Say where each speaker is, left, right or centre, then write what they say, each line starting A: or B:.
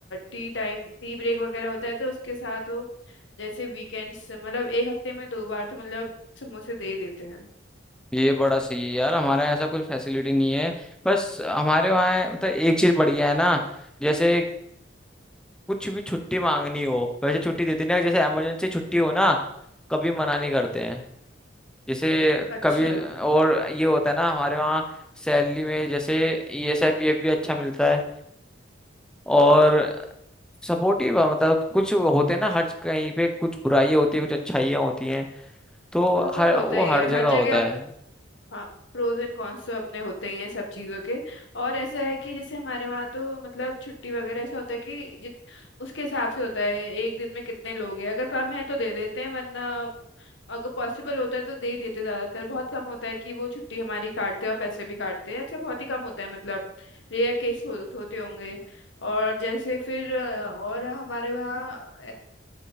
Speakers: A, on the left (about 70°); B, in the centre.
A: टी टाइम टी ब्रेक वगैरह होता है तो उसके साथ वो जैसे वीकेंड्स मतलब एक हफ्ते में दो बार तो मतलब समोसे दे ही देते हैं
B: ये बड़ा सही है यार हमारे यहाँ ऐसा कोई फैसिलिटी नहीं है बस हमारे वहाँ मतलब एक चीज बढ़िया है ना जैसे कुछ भी छुट्टी मांगनी हो वैसे छुट्टी देते नहीं जैसे इमरजेंसी छुट्टी हो ना कभी मना नहीं करते हैं जैसे
A: अच्छा
B: कभी और ये होता है ना हमारे वहाँ सैलरी में जैसे ईएसआई पीएफ भी अच्छा मिलता है और सपोर्टिव मतलब कुछ होते हैं ना हर कहीं पे कुछ बुराइयाँ होती है कुछ अच्छाइयाँ होती हैं तो
A: हाँ वो
B: हर
A: तो होता
B: वो
A: ही है
B: हर जगह
A: हर जगह
B: होता
A: आप
B: है
A: हाँ प्रोज एंड कॉन्स तो अपने होते ही हैं सब चीज़ों के और ऐसा है कि जैसे हमारे वहाँ तो मतलब छुट्टी वगैरह ऐसा होता है कि जित उसके हिसाब से होता है एक दिन में कितने लोग हैं अगर कम है तो दे देते हैं वरना अगर पॉसिबल होता है तो दे ही देते ज्यादातर बहुत कम होता है कि वो छुट्टी हमारी काटते हैं और पैसे भी काटते हैं अच्छा बहुत ही कम होता है मतलब रेयर केस हो, होते होंगे और जैसे फिर अ, और हमारे वहाँ